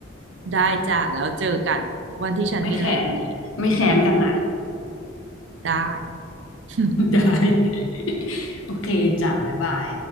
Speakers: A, on the right; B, on the left.
A: ได้จ้ะแล้วเจอกันวันที่ฉันมีแรงกว่านี้
B: ไม่แขนไม่แขนกันนะ
A: ได้ <laughs>
B: <laughs> ได้ <laughs> โอเคจ้าบ๊ายบาย